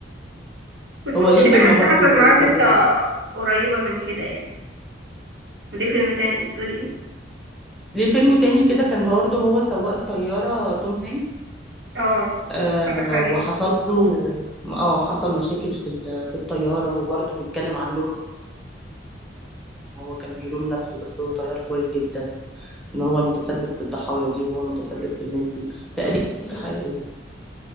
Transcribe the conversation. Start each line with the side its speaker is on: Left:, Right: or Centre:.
Right: بس ممكن
Centre: هو ليه فيلم
Right: يبقى حد
Centre: برضه
Right: حصل معاه
Centre: لطيارة
Right: قصه قريبه من كده يعني وليه فيلم تاني بتقولي ايه
Centre: ليه فيلم تاني كده كان برضه هو سواق الطيارة توم هانكس
Right: اه
Centre: آه
Right: اتفرجت عليه
Centre: وحصل له اه حصل مشاكل في ال- في الطيارة وبرضه بيتكلم عن لوم هو كان بيلوم نفسه بس هو طيار كويس جدا ان هو المتسبب في الضحايا دي وهو المتسبب في الناس دي تقريبا قصة حقيقية